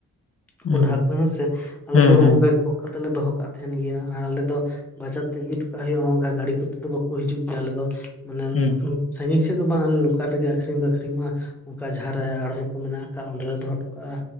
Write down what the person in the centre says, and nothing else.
ᱠᱚᱸᱰᱷᱦᱟ ᱠᱚ ᱦᱮᱸ ᱥᱮ ᱟᱞᱮ
ᱫᱚ ᱦᱚᱸᱜ-ᱚᱝᱠᱟ
ᱜᱚᱜ ᱠᱟᱛᱮᱜ ᱞᱮ ᱫᱚᱦᱚᱼᱼ ᱠᱟᱜ ᱛᱟᱦᱮᱱ ᱜᱮᱭᱟ ᱟᱨ ᱟᱞᱮ ᱫᱚ ᱵᱟᱡᱟᱨ ᱛᱮ ᱤᱫᱤ ᱴᱚ ᱠᱟᱜ ᱦᱩᱭᱩᱜ-ᱟ ᱦᱚᱜ-ᱚᱝᱠᱟ ᱜᱟᱲᱤ ᱠᱚᱛᱮ ᱫᱚ ᱵᱟᱹᱠᱩ ᱦᱤᱡᱩᱜ ᱜᱮᱭᱟ ᱟᱞᱮ ᱫᱚ᱾ ᱮᱸ
ᱥᱟᱺᱜᱤᱧ ᱥᱮᱫ ᱫᱚ ᱵᱟᱝ ᱟᱞᱮ ᱞᱳᱠᱟᱞ ᱨᱮᱜᱮ ᱟᱹᱠᱷᱨᱤᱧ ᱫᱚ ᱟᱹᱠᱷᱨᱤᱧᱚᱜ-ᱟ᱾ ᱚᱱᱠᱟ ᱡᱟᱦᱟᱸ ᱨᱮ ᱟᱲᱚᱨ ᱠᱚ ᱢᱮᱱᱟᱜ ᱟᱠᱟᱜ ᱚᱸᱰᱮ ᱞᱮ ᱫᱚᱦᱚ ᱴᱩ ᱠᱟᱜ-ᱟ